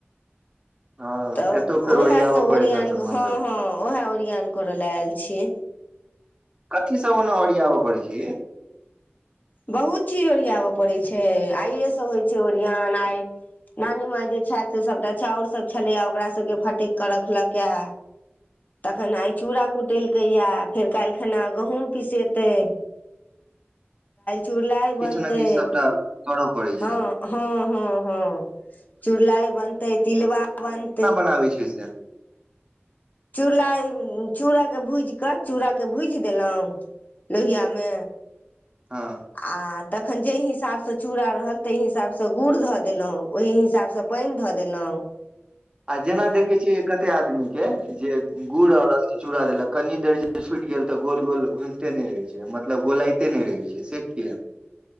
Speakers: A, on the right; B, on the left.
A: हँ
B: तऽ
A: एतौ फेर
B: उएहसभ
A: ओरियाबऽ पड़ैत
B: ओरियान
A: हैत सामान
B: हँ
A: सब
B: हँ उएह ओरियान करय ल आयल छी
A: कथी सब ओना ओरिआबऽ पड़ै छै ये
B: बहुत चीज ओरियाब पड़ैत छै आइेसँ होइ छै ओरियान आइ नानी माय जे छथि से सभटा चाउर सभ छलैए ओकरा सभके फटकि कऽ रखलक ऐ तखन आइ चूड़ा कुटेलकैया फेर काल्हि खना गहुंम पिसेतै
A: <inaudible>
B: चुड़लाई
A: किछु
B: बनतै
A: ने किछु सबटा करऽ पड़ै
B: हँ
A: छै
B: हँ हँ हँ चुड़लाइ बनतै तिलबा बनतै
A: नाबै छियै से
B: चूड़लाइ चूड़ाके भूजि कऽ चूड़ाके भूजि देलहुँ लोहिआमे
A: हँ
B: आ तखन जाहि हिसाब स चूड़ा रहल ताहि हिसाब से गुड़ धऽ देलहुॅं ओहि हिसाब स पानि धऽ देलहुॅं त
A: आ जेना देखै छियै कते आदमी के जे गुड़ और चूरा देलक कनि देर जे छुटि गेल तऽ गोल गोल घुमिते नहि रहै छै मतलब गोलाइते नहि रहै छै से किया <inaudible>